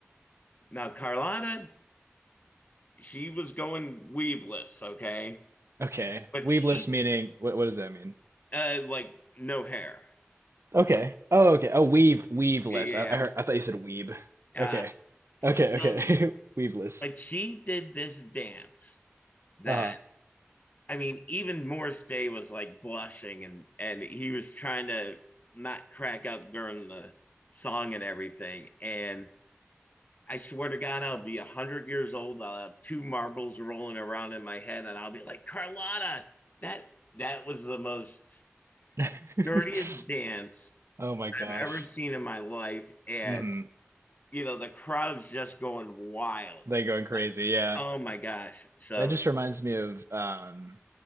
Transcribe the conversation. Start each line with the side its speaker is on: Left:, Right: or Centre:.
Left: Now Carlotta, she was going weaveless, okay,
Right: Okay.
Left: but
Right: Weebless
Left: she
Right: meaning what what does that mean?
Left: uh, like no hair.
Right: Okay. Oh, okay. Oh, weave weaveless.
Left: Yeah,
Right: I,
Left: yeah.
Right: I heard. I thought you said weeb.
Left: yeah.
Right: Okay.
Left: Uh,
Right: Okay.
Left: so
Right: Okay. <laughs> Weaveless.
Left: Like she did this dance that
Right: Uh
Left: I mean, even Morris Day was like blushing and and he was trying to not crack up during the song and everything. And I swear to God, I'll be one hundred years old. I'll have two marbles rolling around in my head, and I'll be like, Carlotta, that that was the most
Right: huh.
Left: dirtiest
Right: <laughs>
Left: dance
Right: Oh my gosh.
Left: I've ever seen in my life. And
Right: hmm
Left: you know, the crowd's just going wild.
Right: They're going crazy.
Left: Like,
Right: Yeah.
Left: oh my gosh. So
Right: That just reminds me of um